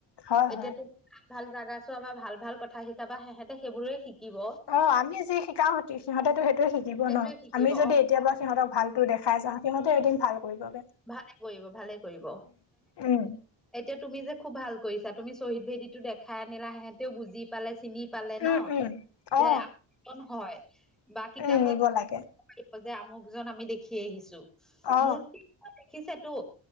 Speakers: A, on the left; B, in the centre.
A: হয়
B: এতিয়াতো
A: হয়
B: ভাল ভাল জাগা চোৱা বা ভাল ভাল কথা শিকাবা সিহঁতে সেইবোৰে শিকিব।
A: অ' আমি যি শিকাওঁ সিহতেতো সেইটোয়ে শি দিব
B: সেইটোৱে
A: ন
B: শিকিব
A: আমি যদি
B: অ
A: এতিয়াৰ পৰা সিহঁতক ভালতো দেখাই যাওঁ সিহঁতেও এদিন ভাল কৰিব। <unintelligible>
B: ভালে কৰিব ভালে কৰিব
A: উম
B: এতিয়া তুমি যে খুব ভাল কৰিছা তুমি শ্বহীদ ভেদীতো দেখাই আনিলা হেঁতেও বুজি পালে চিনি পালে
A: উম
B: ন
A: উম অ
B: যে আ হয় বা কিতাপত
A: উম নিব লাগে
B: যে আমুকজন আমি দেখি আহিছো
A: অ
B: মূৰ্তি দেখিছে তো।